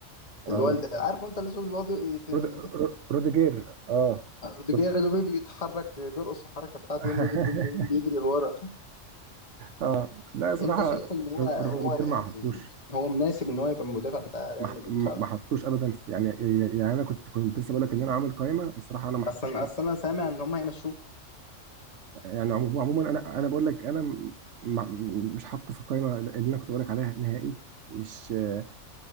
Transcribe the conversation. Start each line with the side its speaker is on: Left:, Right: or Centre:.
Right: اه
Left: اللي هو ال- عارف انت الاسود اللي بيقعد يت...
Right: رود... رو- روديجير اه
Left: <laughs> روديجير
Right: رود...
Left: اللي هو بيتحرك بيرقص الحركة بتاعته
Right: <laughs>
Left: لما يجيب جون بيقوم بيجري لورا
Right: اه لا صراحة
Left: انت شايف ان هو
Right: رو-
Left: هو
Right: روديجير
Left: يعني
Right: ما حطوش
Left: هو مناسب ان هو يبقى المدافع بتاع ريال
Right: ما ح-
Left: مدريد فعلا
Right: ما حطوش ابدا في- يعني يعني انا كنت كنت لسه بقول لك ان انا عامل قائمه الصراحه انا ما حطوش
Left: اصلا اصلا انا سامع ان هم يمشوه
Right: يعني عمو- هو عموما انا انا بقول لك انا م- ما- مش حاطه في القائمه اللي انا كنت بقول لك عليها نهائي مش آه،